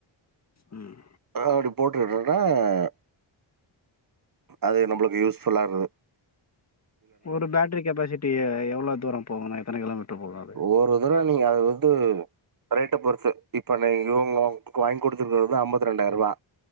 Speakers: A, on the left; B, on the right.
A: ம்
B: அதா அப்டி போட்டுட்ருக்கே அ அது நம்பளுக்கு யூஸ்ஃபுல்லா இருந்துது
A: ஒரு பேட்டரி கெப்பாசிட்டி எ எவ்ளோ தூரோ போகுண்ணே எத்தன கிலோமீட்ரு போகு அது?
B: ஒரு தடவ நீங்க வந்து அது ரேட்ட பொறுத்து இப்பன்ன இவங்க வாங்கி குடுத்தது வந்து அம்பத்து ரெண்டாயர்ரூவா